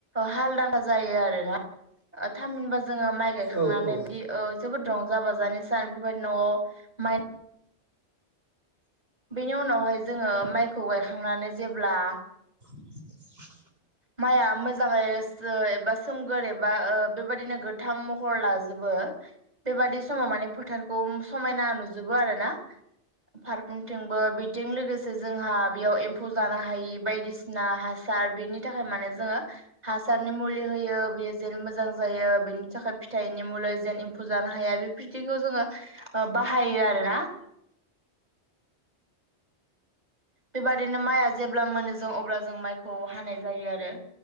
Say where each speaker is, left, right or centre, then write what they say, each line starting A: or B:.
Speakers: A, on the right; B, on the right.
A: हालदांग्रा जायो आरोना थामहिनबा जोङो माइ गायखांनानै
B: औ औ
A: बिदि जोबोद रंजा बाजानिसान बेफोरबायदि न'आव माइ बेनि उनावहाय जोङो माइखौ गायखांनानै जेब्ला
B: <inaudible>
A: माइआ मोजाङै सो एबा सोमगोर एबा बेबायदिनो गोथां महर लाजोबो ओ बेबादि समाव माने फोथारखौ समायना नुजोबो आरोना फारफ्रोमथिंबो बिजों लोगोसे जोंहा बेयाव एम्फौ जानो हायि बायदिसिना हा सार बिनि थाखाय माने जोङो हासारनि मुलि होयो बियो जेन मोजां जायो बेनि थाखाय फिथाइनि मु लि जेन एम्फौ जानो हाया बेफोरखौ जोङो बाहायो आरोना <inaudible> बेबादिनो माइआ जेब्ला मोनो जों अब्ला जों माइखौ हानाय जायो आरो <inaudible>